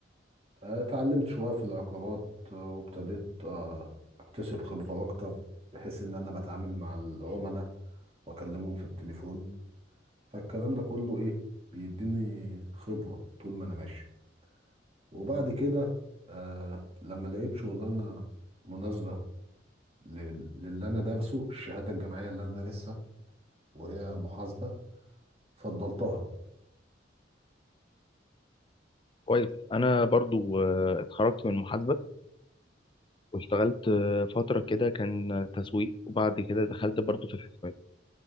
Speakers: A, on the right; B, on the left.
A: آه، اتعلمت شوية في العقارات آه، وابتديت آه، اكتسب خبرة اكتر بحيث ان انا بتعامل مع العملاء واكلمهم في التليفون فالكلام ده كله ايه بيديني خبرة طول ما انا ماشي وبعد كده آه لما لقيت شغلانة مناسبة لل- للي أنا دارسه الشهادة الجامعية اللي أنا دارسها وهي محاسبة فضلتها
B: كويس انا برضو آه، اتخرجت من محاسبه واشتغلت آه، فتره كده كان تسويق وبعد كده دخلت برضو في الحسابات